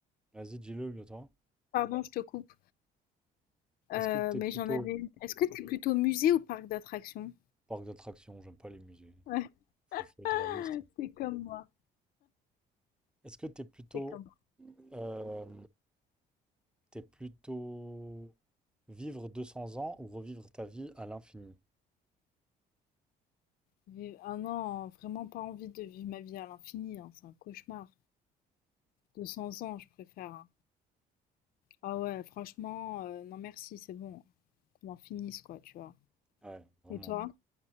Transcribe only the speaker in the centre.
Vas-y, dis-le, le toi.
Est-ce
que t'es
plutôt
parc d'attractions? J'aime pas les musées.
Faut, faut être
réaliste.
Est-ce que t'es plutôt
euh, T'es plutôt vivre 200 ans ou revivre ta vie à l'infini.
Ouais, vraiment.